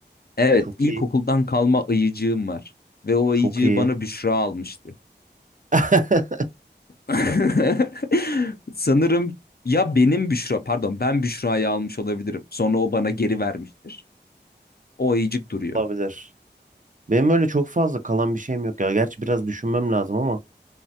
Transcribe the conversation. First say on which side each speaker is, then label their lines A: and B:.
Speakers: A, on the left; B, on the right.
A: Evet
B: Çok
A: ilkokuldan
B: iyi.
A: kalma ayıcığım var. Ve o ayıcığı
B: Çok iyi.
A: bana Büşra almıştı.
B: <laughs>
A: <laughs> Sanırım ya benim Büşra pardon ben Büşra'yı almış olabilirim. Sonra o bana geri vermiştir. O ayıcık duruyor.
B: Olabilir. Benim öyle çok fazla kalan bir şeyim yok ya. Gerçi biraz düşünmem lazım ama